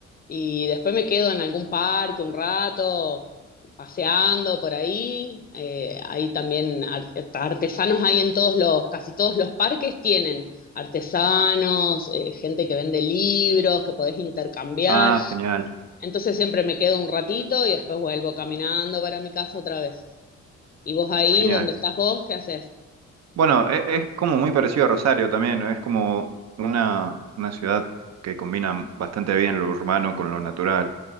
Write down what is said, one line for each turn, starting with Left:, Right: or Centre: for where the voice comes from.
Left: y después me quedo en algún parque un rato, paseando por ahí. Eh, hay también ar- artesanos ahí en todos los, casi todos los parques tienen artesanos, eh, gente que vende libros, que podés intercambiar.
Right: Ah, genial,
Left: Entonces siempre me quedo un ratito y después vuelvo caminando para mi casa otra vez. ¿Y vos ahí,
Right: genial.
Left: dónde estás vos, qué haces?
Right: Bueno, e- es, como muy parecido a Rosario también, ¿no? Es como una, una ciudad que combina bastante bien lo urbano con lo natural.